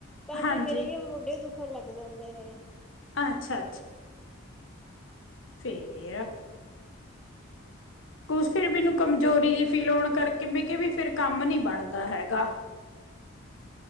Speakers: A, in the centre; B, on the left.
A: ਤਾਂ
B: ਹਾਂਜੀ
A: ਫੇਰ ਮੇਰੇ ਵੀ ਮੋਢੇ ਦੁੱਖਣ ਲੱਗ ਜਾਂਦੇ ਨੇ।
B: ਅੱਛਾ ਅੱਛਾ ਫੇਰ ਕੁਛ ਫਿਰ ਮੈਨੂੰ ਕਮਜ਼ੋਰੀ ਦੀ ਫੀਲ ਹੋਣ ਕਰਕੇ ਮੈਂ ਕਿਹਾ ਵੀ ਫਿਰ ਕੰਮ ਨੀ ਬਣਦਾ ਹੈਗਾ।